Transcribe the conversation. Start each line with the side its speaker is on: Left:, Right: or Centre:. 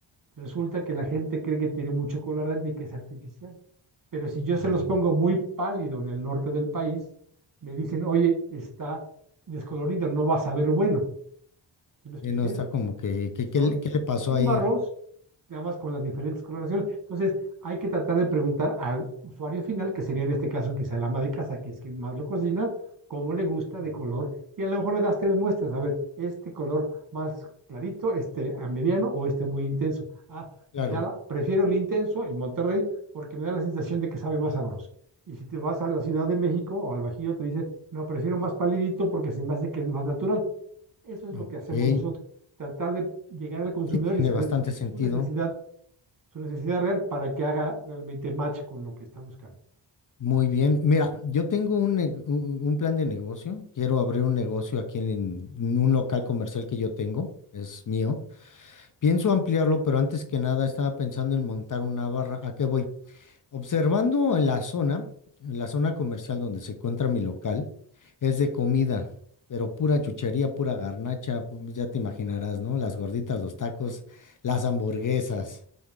Right: resulta que la gente cree que tiene mucho colorante y que es artificial. Pero si yo se
Left: Ah,
Right: los pongo muy pálido en el norte del país, me dicen, oye, está descolorido, no vas a ver bueno. ¿Sí me expliqué?
Left: sí, no está como que, que- ¿qué,
Right: son
Left: le qué le pasó
Right: el
Left: ahí?
Right: mismo arroz, nada más con las diferentes coloraciones. Entonces, hay que tratar de preguntar al usuario final, que sería en este caso quizá el ama de casa, que es quien más lo cocina, cómo le gusta
Left: Ujú.
Right: de color. Y a lo mejor le das tres muestras, a ver, este color más clarito, este a mediano o este muy intenso. Ah,
Left: Claro,
Right: me da, la- prefiero el intenso en Monterrey porque me da la sensación de que sabe más sabroso. Y si te vas a la Ciudad de México o al Bajío, te dicen, no, prefiero más palidito porque se me hace que es más natural. Eso es lo
Left: ok.
Right: que hacemos nosotros, tratar de llegar al consumidor
Left: Sí, tiene
Right: y saber
Left: bastante sentido.
Right: su necesidad, su necesidad real para que haga realmente match con lo que está buscando.
Left: Muy bien. Mira, yo tengo un, ne- un un plan de negocio. Quiero abrir un negocio aquí en en un local comercial que yo tengo, es mío.
Right: Sí,
Left: Pienso ampliarlo, pero antes que nada estaba pensando en montar una barra. ¿A qué voy? Observando en la zona, en la zona comercial donde se encuentra mi local, es de comida, pero pura chuchería, pura garnacha, pues ya te imaginarás, ¿no? Las gorditas, los tacos, las hamburguesas.